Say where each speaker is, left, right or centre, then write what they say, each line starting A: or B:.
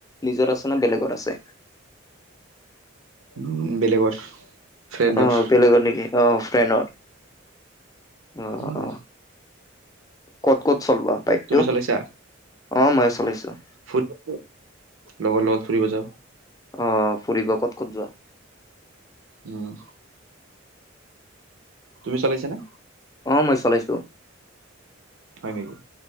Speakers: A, on the left; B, on the right.
A: নিজৰ আছে না বেলেগৰ আছে?
B: উম বেলেগৰ। ফ্ৰেণ্ডৰ
A: অঁ বেলেগ নেকি? অঁ, ফ্ৰেণ্ডৰ অঁ
B: উম
A: অঁ। ক'ত ক'ত চলোৱা বাইকটো?
B: তুমি চলাইছা
A: অঁ মই চলাইছোঁ।
B: ফুৰিব যাওঁ, লগৰ লগত ফুৰিব যাওঁ।
A: অঁ ফুৰিব ক'ত ক'ত যোৱা?
B: উম তুমি চলাইছা নে?
A: অঁ মই চলাইছোঁ।
B: হয় নেকি?